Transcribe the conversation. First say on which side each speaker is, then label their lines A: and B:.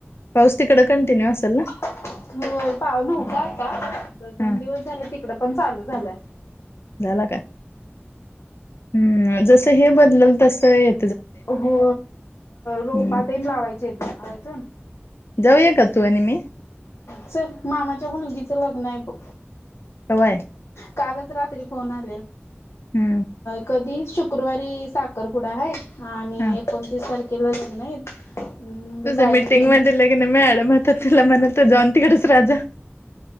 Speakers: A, on the left; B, on the left.
A: पाऊस तिकडं कंटिन्यू असेल ना.
B: हो पाऊलव्हता आता आ दोन
A: हा
B: दिवस झाले तिकड पण चालू झालंय.
A: झाला काय हम् जस हे बदलल तस य.
B: हो
A: हम्म
B: रोपातहीन लावायचेेत अजून.
A: जाऊया क तू आहे नि मी.
B: च मामाच्या मुलगीचं लग्न आहे बघ.
A: कवाय
B: कालच रात्री फोन आ
A: हम्म
B: कधी? शुक्रवारी साखरपुडा आहे आणि
A: हा
B: एकोणतीस तारखेला लग्न आहेत. म्हणलं
A: तुझं
B: काय
A: मीटिंग
B: ग बाई
A: मध्ये लगेन म आडमत तुला म्हणत जॉन तिकडच राहत.